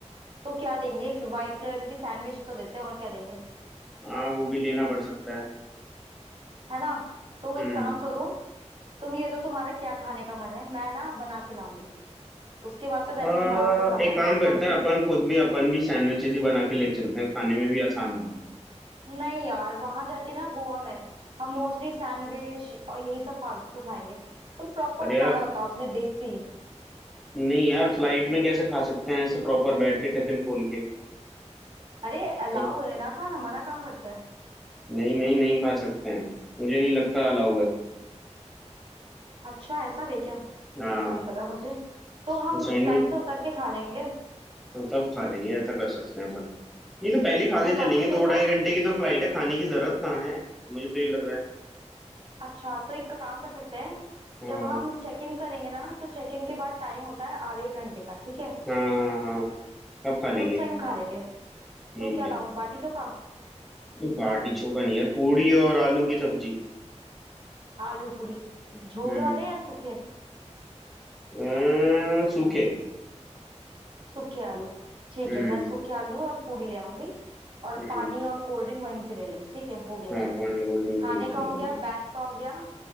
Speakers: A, on the right; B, in the centre.
A: तो क्या देंगे एक वाइट कलर की सैंडविच तो देते हैं और क्या देंगे
B: हाँ वो भी लेना पड़ सकता है
A: है ना तो
B: हम्म
A: एक काम करो तुम ये तो तुम्हारा क्या खाने का मन है मैं ना बना के लाऊंगी उसके बाद तो
B: अ,
A: वैसे भी बाहर का खाना
B: एक
A: है
B: काम
A: चार
B: करते
A: पांच
B: हैं
A: दिन
B: अपन खुद भी अपन भी सैंडविचेस ही बना के ले चलते हैं खाने में भी आसान होगा
A: नहीं यार वहां जाके ना गोवा में हम मोस्टली सैंडविच और यही सब फालतू खाएंगे तुम प्रॉपर
B: अरे यार
A: खाना बताओ अपने देसी
B: नहीं यार फ्लाइट में कैसे खा सकते हैं ऐसे प्रॉपर बैठ के टिफिन खोल के
A: अरे अलाउ
B: तो,
A: है ना खाना मना कहाँ करता है
B: नहीं नहीं नहीं खा सकते हैं मुझे नहीं लगता अलाउ है
A: अच्छा ऐसा भी है क्या
B: हाँ
A: ये तो नहीं पता मुझे तो हम
B: तो सैंडविच
A: फ्लाइट से उतर के खा लेंगे
B: तब खा लेंगे ऐसा कर सकते हैं अपन नहीं तो पहले ही खा
A: मैं
B: के
A: बाटी
B: चलेंगे
A: चोखा
B: दो ढाई घंटे की तो फ्लाइट है खाने की जरूरत कहाँ है मुझे तो ये लग रहा
A: अच्छा तो एक काम कर सकते हैं
B: है
A: जब
B: हाँ
A: हम चेक इन करेंगे ना तो चेक इन के बाद टाइम होता है आधे एक घंटे का ठीक है
B: हाँ हाँ हाँ तब खा लेंगे
A: उस टाइम खा लेंगे
B: ठीक
A: तो क्या
B: है
A: लाऊं बाटी चोखा
B: नहीं बाटी चोखा नहीं है पूड़ी और आलू की सब्जी
A: आलू पूरी झोल
B: हम्म
A: वाले या सूखे
B: अं, सूखे
A: सूखे आलू ठीक
B: हम्म
A: है मैं सूखे आलू और पूरी ले आऊंगी और
B: हम्म
A: पानी और कोल्ड ड्रिंक वहीं से ले लेंगे ठीक है हो गया ये
B: हाँ पानी कोल्ड ड्रिंक
A: खाने
B: तो हमसे ले
A: का हो
B: लेंगे
A: गया बैग का हो गया